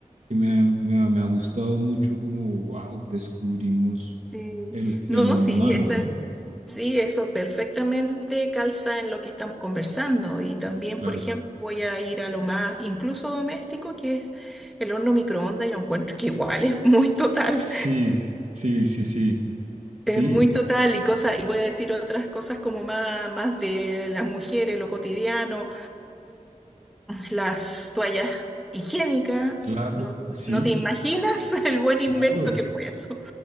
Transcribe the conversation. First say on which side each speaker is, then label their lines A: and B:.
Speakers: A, on the right; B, in the centre.
A: que me ha, me ha, me ha gustado mucho, como, wow, descubrimos
B: Sí.
A: el genoma
B: No, sí,
A: humano,
B: esa,
A: ¿no?
B: sí, eso perfectamente calza en lo que estamos conversando. Y también,
A: Claro.
B: por ejemplo, voy a ir a lo más incluso doméstico, que es el horno microondas. Yo encuentro que igual es muy total,
A: Sí, sí, sí, sí, sí,
B: es muy total y cosas, y voy a decir otras cosas como más, más de las mujeres, lo cotidiano, las toallas higiénicas.
A: claro,
B: No te,
A: sí,
B: no te imaginas <laughs> el buen
A: claro.
B: invento que fue eso.